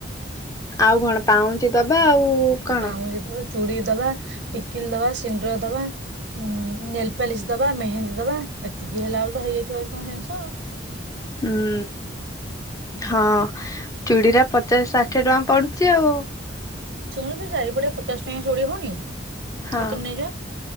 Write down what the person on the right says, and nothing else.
ପାଉଁଜି ଦବା ଚୁଡି ଦବା ଟିକିଲି ଦବା ସିନ୍ଦୁର ଦବା ଉଁ ନେଲପଲିସ ଦବା ମେହେନ୍ଦୀ ଦବା ଏତିକି ହେଲା ବେଳ ତ ହେଇଯାଇଥିବ କି କଣ ଜିନିଷ ଆଉ
ହୁଁ
ଶୁଣୁଛୁ ଚାରିପଟେ ପଚାଶ ଟଙ୍କା ଚୁଡ଼ି ହଉନି
ସେଥିରୁ ନେଇଜିବା